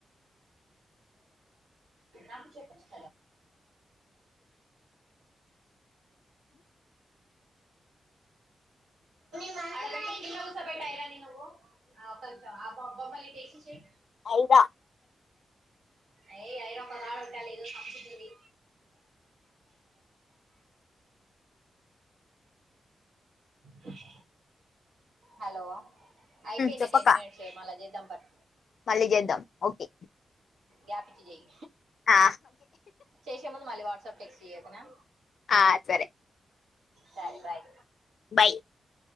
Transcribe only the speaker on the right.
ఆ చె స్ ప అక్కడ బెట్టి కింద కూర్చోబెట్టు ఐరాణి నువ్వు ఆ ఒక్క నిమిషం ఆ బొమ్మలు ఇటు వేసేసేయి
అయ అఐ ఒక నాడు విట్టాల ఏదో సంంది క హలో అయిపోయింది
టెన్ మినిట్స్ మళ్ళీ చేద్దాం పట్
గ్యాప్ ఇచ్చి చేయి
చేసే ముందు మళ్ళీ వాట్సాప్ టెక్స్ట్ చేయి ఓకేనా
సరే బాయ్